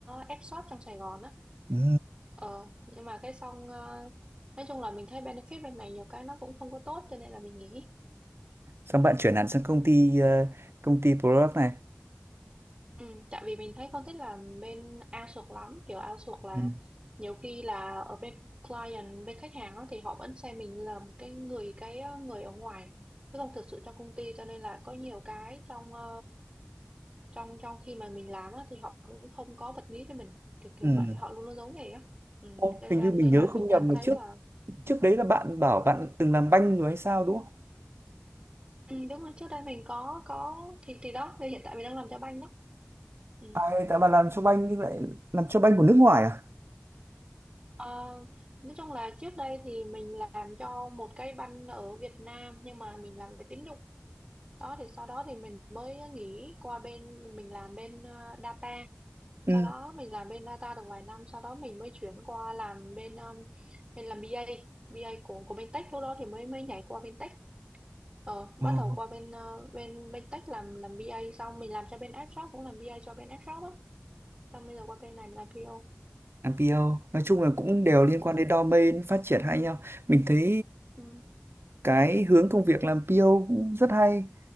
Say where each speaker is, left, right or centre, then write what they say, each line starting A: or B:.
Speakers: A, on the right; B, on the right.
A: F-shop trong Sài Gòn á.
B: Ừ.
A: Ờ, nhưng mà cái xong ờ, nói chung là mình thấy benefit bên này nhiều cái nó cũng không có tốt cho nên là mình nghỉ.
B: xong bạn chuyển hẳn sang công ty ờ, công ty product này
A: Ừ, tại vì mình thấy con thích làm bên outsource lắm kiểu outsource là
B: ừ.
A: nhiều khi là ở bên client bên khách hàng á, thì họ vẫn xem mình là một cái người cái ờ, người ở ngoài chứ không thực sự trong công ty cho nên là có nhiều cái trong ờ, trong trong khi mà mình làm á, thì họ cũng không có bật mí cho mình kiểu kiểu
B: Ừ.
A: vậy họ luôn luôn giấu nghề á ừ,
B: Ô,
A: cho nên
B: hình
A: là,
B: như
A: nên
B: mình nhớ
A: là mình
B: không nhầm
A: cảm
B: mà
A: thấy
B: trước
A: là
B: trước đấy là bạn bảo bạn từng làm banh rồi hay sao đúng không
A: ừ, đúng rồi trước đây mình có có thì thì đó thì hiện tại mình đang làm cho banh đó ừ.
B: à tại bạn làm cho banh nhưng lại làm cho banh của nước ngoài à
A: Ờ, nói chung là trước đây thì mình làm cho một cái banh ở Việt Nam nhưng mà mình làm về tín dụng đó thì sau đó thì mình mới nghỉ qua bên mình làm bên ờ, data
B: ừ.
A: sau đó mình làm bên data được vài năm sau đó mình mới chuyển qua làm bên um, mình làm BA BA của của bên tech lúc đó thì mới mới nhảy qua bên tech ờ, bắt
B: Ồ,
A: đầu qua bên ờ, bên bên tech làm làm BA xong mình làm cho bên app shop cũng làm BA cho bên app shop á xong bây giờ qua bên này mình làm PO
B: làm PO nói chung là cũng đều liên
A: ừ.
B: quan đến domain phát triển hay nhau mình thấy
A: Ừ.
B: cái hướng công việc làm PO cũng rất hay